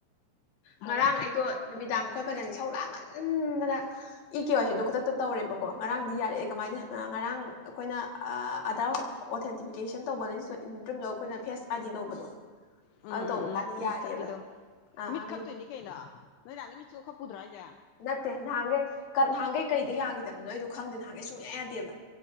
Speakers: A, on the left (about 80°); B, on the left (about 60°).
A: ꯍꯥꯏꯔꯣ
B: ꯉꯔꯥꯡ ꯑꯩꯗꯣ ꯅꯨꯃꯤꯗꯥꯡ ꯑꯩꯈꯣꯏ ꯄꯂꯟꯗꯤ ꯁꯧ ꯂꯥꯡꯃꯟꯗꯅ ꯏ ꯀꯦ ꯋꯥꯁꯤꯗꯣ ꯈꯨꯗꯛꯇ ꯇꯧꯔꯦꯕꯀꯣ ꯉꯔꯥꯡꯗꯤ ꯌꯥꯔꯦꯑꯦ ꯀꯃꯥꯏꯅ ꯉꯔꯥꯡ ꯑꯩꯈꯣꯏꯅ ꯑꯗꯥ ꯑꯣꯊꯦꯟꯇꯤꯐꯤꯀꯦꯁꯟ ꯇꯧꯕꯅꯇꯝꯗ ꯑꯩꯈꯣꯏꯅ ꯐꯦꯁ ꯑꯥꯏ ꯗꯤ ꯂꯧꯕꯗꯣ
A: ꯎꯝ
B: ꯑꯗꯨ ꯇꯧꯕ
A: ꯎꯝ ꯎꯝ
B: ꯀꯥꯟꯗ
A: ꯃꯤꯠ
B: ꯌꯥꯔꯦꯕ
A: ꯈꯞꯄꯤꯗꯣ
B: ꯑꯥ
A: ꯃꯤꯠ ꯈꯞꯇꯣꯏꯅꯤ ꯀꯩꯅꯣ ꯅꯣꯏ ꯅꯍꯥꯟꯒꯩ ꯃꯤꯠ ꯁꯨꯡꯈꯞ ꯈꯞꯄꯨꯗ꯭ꯔꯣ ꯍꯥꯏꯁꯦ
B: ꯅꯠꯇꯦ ꯅꯍꯥꯟꯈꯩ ꯅꯍꯥꯟꯈꯩ ꯀꯔꯤꯗ ꯌꯥꯈꯤꯗꯕ ꯅꯣꯏꯣ ꯈꯪꯗꯦ ꯍꯥꯏ ꯁꯨꯨꯡ ꯌꯥꯗꯦꯕ